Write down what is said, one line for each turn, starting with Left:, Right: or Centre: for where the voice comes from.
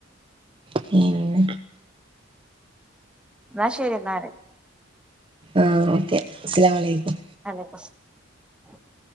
Right: പിന്നെ
Centre: ന്നാ ശരി ന്നാല്
Right: ആ ഓക്കെ അസ്സലാമലേക്കും
Centre: മാലേക്കും <unintelligible>